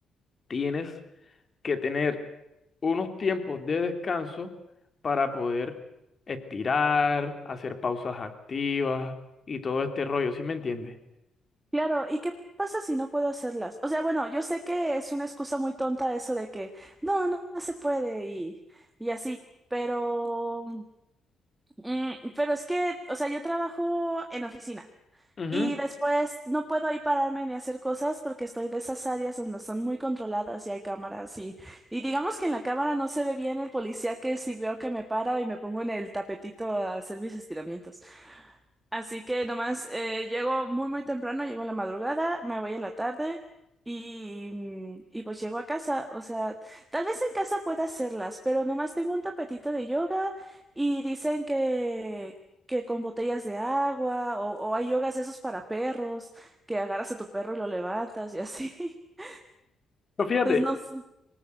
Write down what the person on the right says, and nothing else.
Claro, ¿y qué pasa si no puedo hacerlas? O sea, bueno, yo sé que es una excusa muy tonta eso de que no, no, no se puede y, y así, pero, mm, pero es que, o sea, yo trabajo en oficina
y después no puedo ahí pararme ni hacer cosas porque estoy de esas áreas donde son muy controladas y hay cámaras y, y digamos que en la cámara no se ve bien el policía que si veo que me paro y me pongo en el tapetito a hacer mis estiramientos. Así que nomás eh, llego muy muy temprano, llego a la madrugada, me voy en la tarde y, mm, y pues llego a casa. O sea, tal vez en casa pueda hacerlas, pero nomás tengo un tapetito de yoga y dicen que, que con botellas de agua o, o hay yogas esos para perros, que agarras a tu perro y lo levantas y así. <laughs>
Entonces no sé.